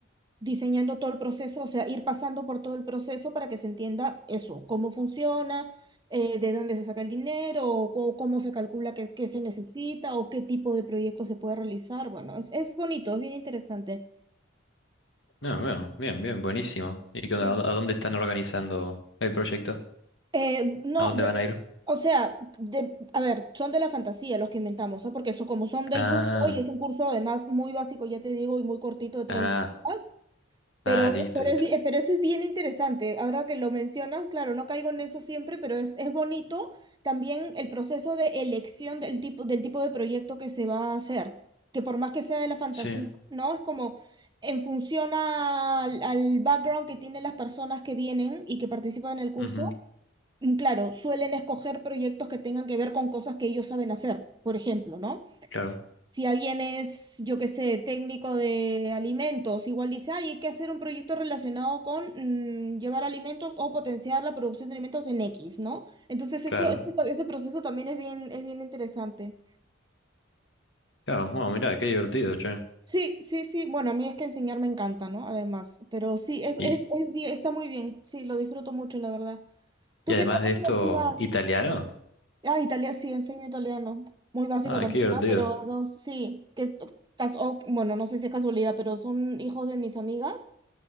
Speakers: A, on the right; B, on the left.
A: diseñando todo el proceso, o sea, ir pasando por todo el proceso para que se entienda eso, cómo funciona, eh, de dónde se saca el dinero, o, cu- cómo se calcula qué, qué se necesita, o qué tipo de proyecto se puede realizar. Bueno, es, es bonito, es bien interesante.
B: Ah, bueno, bien, bien, buenísimo. ¿Y
A: Sí.
B: qué onda? ¿A dó- a dónde están organizando el proyecto?
A: Eh, no,
B: ¿A dónde
A: de-
B: van a ir?
A: o sea, de, a ver, son de la fantasía los que inventamos, ¿ah? Porque eso, como son del
B: Ah,
A: curso, y es un curso además muy básico, ya te digo, y muy cortito de treinta
B: ah,
A: horas, Pero,
B: ah, listo,
A: pero,
B: listo.
A: es bi- pero eso es bien interesante. Ahora que lo mencionas, claro, no caigo en eso siempre, pero es, es bonito también el proceso de elección del tipo, del tipo de proyecto que se va a hacer, que por más que sea de la fantasía,
B: Sí.
A: ¿no? Es como en función al, al background que tienen las personas que vienen y que participan en el curso,
B: ujú,
A: mm, claro, suelen escoger proyectos que tengan que ver con cosas que ellos saben hacer, por ejemplo, ¿no?
B: Claro,
A: Si alguien es, yo qué sé, técnico de alimentos, igual dice, "Ay, hay que hacer un proyecto relacionado con mm, llevar alimentos o potenciar la producción de alimentos en X, ¿no? Entonces
B: claro.
A: eso, ese, ese proceso también es bien, es bien interesante.
B: Claro, bueno, mira, qué divertido, che.
A: Sí, sí, sí. Bueno, a mí es que enseñar me encanta, ¿no? Además, pero sí, es,
B: Y,
A: es, es bien- está muy bien. Sí, lo disfruto mucho, la verdad. ¿Tú
B: y además
A: qué tal la
B: de esto,
A: universidad?
B: italiano.
A: Ah, Italia, sí, enseño italiano. Muy básico
B: Ah,
A: también,
B: qué divertido.
A: ¿no? Pero dos, sí, que esto, cas- o- bueno, no sé si es casualidad, pero son hijos de mis amigas